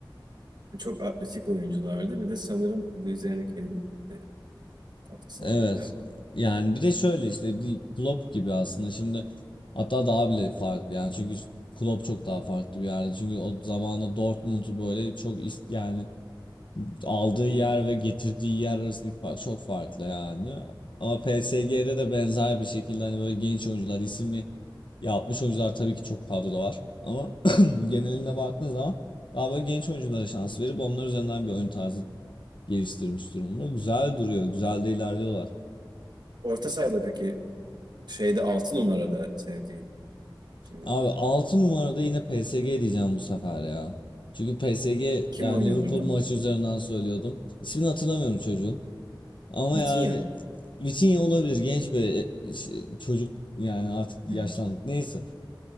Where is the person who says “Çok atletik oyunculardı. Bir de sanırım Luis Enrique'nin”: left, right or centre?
Right